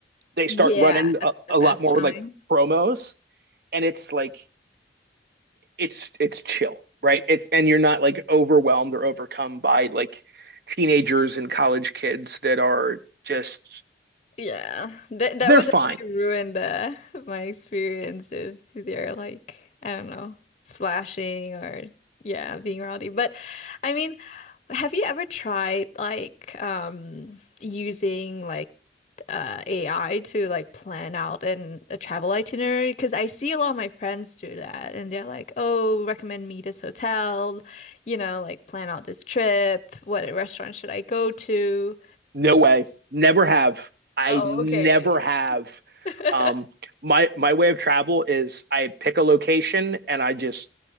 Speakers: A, on the right; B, on the left.
A: they start
B: Yeah,
A: running
B: that's
A: a,
B: the
A: a
B: best
A: lot more
B: time.
A: like promos, and it's like it's it's chill, right? It's and you're not like overwhelmed or overcome by like teenagers and college kids that are just
B: Yeah. That that
A: They're
B: would
A: fine.
B: definitely ruin the my experience if they're like, I don't know, splashing or yeah, being rowdy. But I mean Have you ever tried like um using like uh AI to like plan out an a travel itinerary? Because I see a lot of my friends do that and they're like, "Oh, recommend me this hotel, you know, like plan out this trip, what restaurant should I go to?"
A: No way. Never have. I
B: Oh,
A: never
B: okay.
A: have.
B: <laughs>
A: Um, my my way of travel is I pick a location and I just